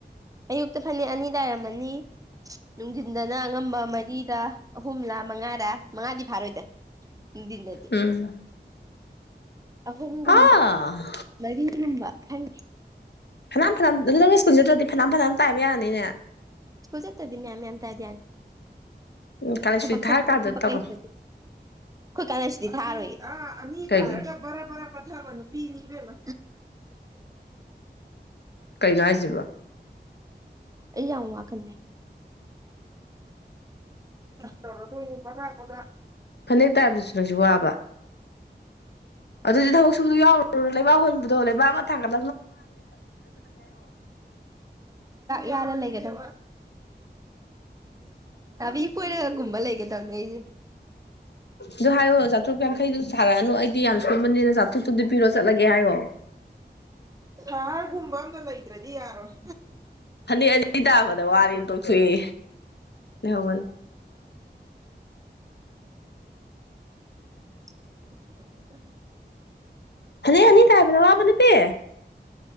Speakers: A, on the right; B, on the left.
A: ꯑꯌꯨꯛꯇ ꯐꯅꯦꯛ ꯑꯅꯤ ꯏꯔꯝꯃꯅꯤ ꯅꯨꯡꯊꯤꯟꯗꯅ ꯑꯉꯝꯕ ꯃꯔꯤꯗ ꯑꯍꯨꯝꯂꯥ ꯃꯉꯥꯔꯥ ꯃꯉꯥꯗꯤ ꯐꯥꯔꯣꯏꯗ ꯅꯨꯡꯊꯤꯟꯗꯗꯤ
B: ꯎꯝ
A: ꯑꯍꯣꯡꯒꯨꯝꯕ
B: ꯑꯥ
A: ꯃꯔꯤꯒꯨꯝꯕ ꯍꯥꯏꯪ
B: ꯐꯅꯌꯥꯝ ꯐꯅꯝ ꯅ ꯅ ꯁ꯭ꯀꯨꯜꯁꯤꯠꯇ꯭ꯔꯗꯤ ꯐꯅꯌꯥꯝ ꯐꯅꯌꯥꯝ ꯇꯥꯏꯕ ꯌꯥꯅꯤꯅꯦ
A: ꯄꯨꯖ ꯇ ꯑꯗꯨꯅꯤꯌꯥ ꯑꯟꯅꯤ
B: ꯎꯝ ꯀꯥꯂꯦꯟ
A: ꯊꯕꯛ
B: ꯁꯨꯇꯤ ꯊꯥꯔꯀꯥꯟꯗ
A: ꯆꯠꯇ ꯊꯕꯛ
B: ꯇꯧꯔꯣ
A: ꯂꯩꯇꯗꯤ ꯑꯩꯈꯣꯏ ꯀꯥꯟꯗꯁꯤꯗꯤ ꯊꯥꯔꯣꯏꯌꯦ ꯑ ꯑꯅꯤꯇꯥ
B: ꯀꯩꯒꯤ
A: ꯑꯦ ꯔ ꯔ ꯄ ꯊꯥꯕꯅꯨ ꯄꯤꯅꯤꯕꯃ
B: ꯀꯩꯅꯣ ꯍꯥꯏꯁꯤꯕ
A: ꯑꯩ ꯑꯎ ꯀ ꯇꯔ ꯇꯏꯅꯤ ꯄꯅꯥ ꯀꯗ
B: ꯐꯅꯦꯛ ꯇꯥꯏꯕꯗꯁꯨ ꯅꯪꯁꯨ ꯋꯥꯕ ꯑꯗꯨꯗꯤ ꯊꯕꯛ ꯁꯨꯗ ꯌꯥꯎꯔꯨꯔꯣ ꯂꯩꯕꯥꯛ ꯍꯣꯟꯕꯗꯣ ꯂꯩꯕꯥꯛ ꯑꯃ ꯊꯥꯡꯒꯠ
A: ꯌꯥꯔ ꯂꯩꯒꯦꯗ ꯇꯕꯤ ꯀꯣꯏꯔꯒꯒꯨꯝꯕ ꯂꯩꯒ ꯇꯕꯅꯦ ꯑꯩꯁꯦ
B: ꯑꯗꯨ ꯍꯥꯏꯌꯣꯑꯣ ꯆꯥꯇ꯭ꯔꯨꯛ ꯌꯥꯡꯈꯩꯗꯨ ꯁꯥꯔꯛꯑꯅꯨ ꯑꯩꯗꯤ ꯌꯥꯝ ꯁꯨꯝꯕꯅꯤꯅ ꯆꯥꯇ꯭ꯔꯨꯛꯇꯨꯗꯤ ꯄꯤꯔꯣ ꯆꯠꯂꯒꯦ ꯍꯥꯏꯌꯣ
A: ꯁꯍꯔꯒꯨꯝꯕ ꯑꯝꯇ ꯂꯩꯗ꯭ꯔꯗꯤ ꯌꯥꯔꯣꯏ
B: ꯐꯅꯦꯛ ꯑꯅꯤ ꯇꯥꯕꯗ ꯋꯥꯔꯤꯅ ꯇꯣꯛꯊꯣꯛꯏ ꯍꯕꯜ
A: <inaudible>
B: ꯐꯂꯩ ꯑꯅꯤ ꯇꯥꯕꯗ ꯋꯥꯕ ꯅ ꯄꯦ